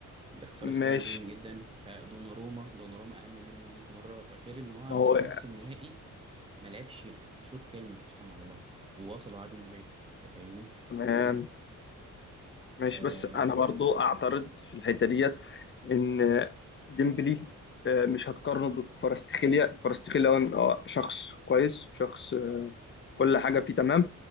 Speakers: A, on the right; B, on the left.
A: ده كفاراتسخيليا
B: ماشي
A: مهم جدا آه، دوناروما دوناروما اهم منه 100 مره غير ان هو
B: ما هو
A: في
B: آه،
A: نص النهائي ما لعبش شوط كامل اصلا على بعض ووصلوا عادي من غيره انت فاهمني
B: تمام ماشي
A: آه،
B: بس انا برضو اعترض في الحته ديت ان ديمبلي آه، مش هتقارنه بفارستخيليا فارستخيليا هو شخص كويس شخص آه، كل حاجه فيه تمام